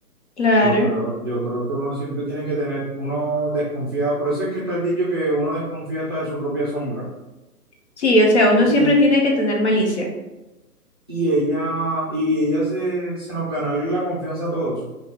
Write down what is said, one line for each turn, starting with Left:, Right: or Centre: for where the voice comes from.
Left: Claro.
Right: Yo creo, yo creo que uno siempre tiene que tener, uno desconfía, por eso es que está el dicho que uno desconfía hasta de su propia sombra.
Left: Sí, o sea, uno
Right: Y,
Left: siempre tiene que tener malicia.
Right: y ella, y ella se, se nos ganó la confianza a todos.